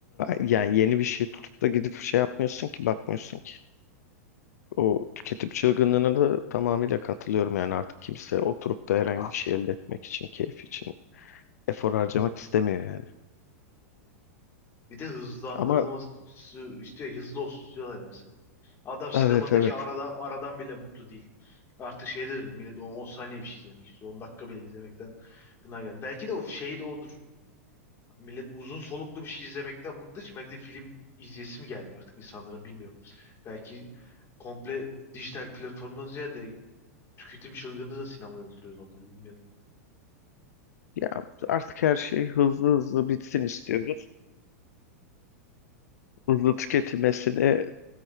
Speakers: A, on the left; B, on the left.
A: yani yeni bir şey tutup da gidip şey yapmıyorsun ki bakmıyorsun ki. O tüketim çılgınlığına
B: Hı.
A: da tamamıyla katılıyorum yani artık kimse oturup da herhangi bir şey elde etmek için, keyif için efor harcamak istemiyor yani.
B: Bir de hızlandırılması
A: Ama
B: istiyor. Hızlı olsun istiyorlar ya mesela. Adam sinemadaki
A: evet evet.
B: arada, aradan bile mutlu değil. Artık şeye de döndü. Millet On saniye bir şey izlemek istiyor. on dakika bile izlemekten gına geldi. Belki de o şey de odur. Millet uzun soluklu bir şey izlemekten bıktığı için belki de film izleyesi mi gelmiyor artık insanların bilmiyorum. Belki komple dijital platformdan ziyade tüketim çılgınlığı da sinemayı öldürüyor olabilir bilmiyorum.
A: Ya artık her şey hızlı hızlı bitsin istiyoruz. Hızlı tüketilmesini e,